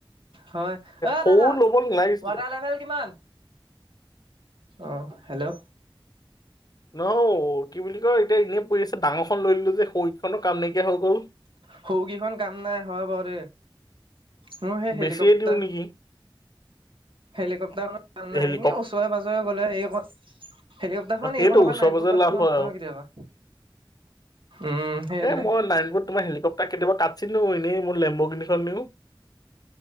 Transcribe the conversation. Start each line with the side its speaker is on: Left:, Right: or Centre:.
Right: হয় এ
Left: সৰু
Right: দাদা
Left: ল'ব নালাগিছিলে
Right: ৱাটাৰ লেভেল কিমান? অ', হেল্ল'
Left: ন' কি বুলি কৈ এতিয়া এনেই পৰি আছে। ডাঙৰখন লৈ ললোঁ যে শৰিখনো কাম নাইকিয়া হৈ গ'ল।
Right: সৰুকেইখন কাম নাই হয় বাৰে মোৰ সেই হেলিকপ্তাৰ
Left: বেছিয়ে দিওঁ নেকি
Right: হেলিকপ্টাৰ ম ভাল নাই
Left: হেলিকপ
Right: এনে ওচৰে পাজৰে গ'লে এইকন হেলিকপ্টাৰখন
Left: সেইটো
Right: এইখনৰ পৰা
Left: ওচৰে
Right: নাৰায়ণপুৰ
Left: পাজৰে
Right: গ'লে
Left: লাভ
Right: মই
Left: হয়
Right: লৈ
Left: আৰু
Right: যাওঁ কেতিয়াবা, উম, সেইটোৱে
Left: এ মই নাৰায়ণপুৰত তোমাৰ হেলিকপ্তাৰ কেতিয়াবা কাটছিন <unintelligible> এনেই মই লেম্বৰগিনি খন নিও।